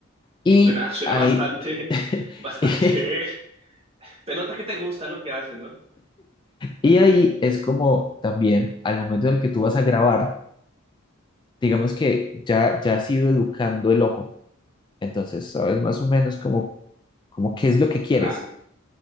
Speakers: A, on the left; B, on the right.
A: Y
B: Suena, suena
A: ahí,
B: bastante,
A: <laughs>
B: bastante.
A: y,
B: <laughs> Te notas que te gusta lo que haces, ¿no?
A: y ahí es como también al momento en el que tú vas a grabar, digamos que ya, ya has ido educando el ojo, entonces sabes más o menos como, como qué es lo que quieres,
B: Claro,